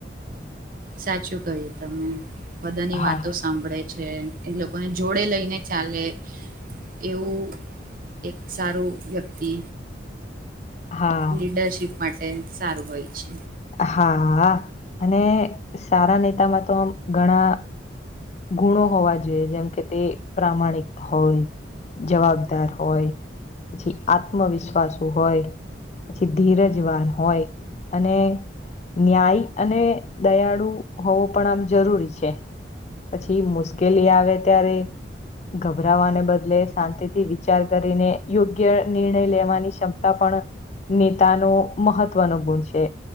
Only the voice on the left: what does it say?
હા
હા
હા અ અને સારા નેતામાં તો આમ ઘણા ગુણો હોવા જોઈએ જેમ કે તે પ્રામાણિક હોય. જવાબદાર હોય પછી આત્મવિશ્વાસ હોય પછી ધીરજવાન હોય અને ન્યાય અને દયાળુ હોવો પણ આમ જરૂરી છે. પછી મુશ્કેલી આવે ત્યારે ગભરાવાને બદલે શાંતિથી વિચાર કરીને યોગ્ય નિર્ણય લેવાની ક્ષમતા પણ નેતાનો મહત્વનો ગુણ છે.